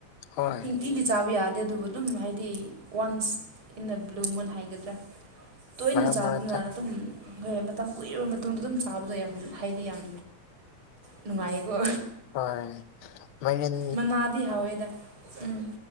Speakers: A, on the left; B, on the right.
A: ꯍꯣꯏ
B: ꯇꯤꯗꯤ ꯆꯥꯕ ꯌꯥꯗꯦ ꯑꯗꯨꯕꯨ ꯑꯗꯨꯝ ꯍꯥꯏꯗꯤ ꯋꯥꯟꯁ ꯏꯟ ꯑꯦ ꯕ꯭ꯂꯨ ꯃꯨꯟ ꯍꯥꯏꯒꯗ꯭ꯔꯥ ꯇꯣꯏꯅ
A: ꯃꯔꯛ
B: ꯆꯥꯗꯨꯅ
A: ꯃꯔꯛꯇ
B: ꯑꯗꯨꯝ ꯍꯣꯏ ꯃꯇꯝ ꯀꯨꯏꯔꯕ ꯃꯇꯨꯡꯗ ꯑꯗꯨꯝ ꯆꯥꯕꯗꯣ ꯌꯥꯝ ꯍꯥꯏꯗꯤ ꯌꯥꯝ ꯅꯨꯡꯉꯥꯏꯀꯣ
A: ꯍꯣꯏ ꯃꯥꯏꯔꯦꯟ
B: ꯃꯅꯥꯗꯤ ꯍꯥꯎꯋꯦꯗ ꯎꯝ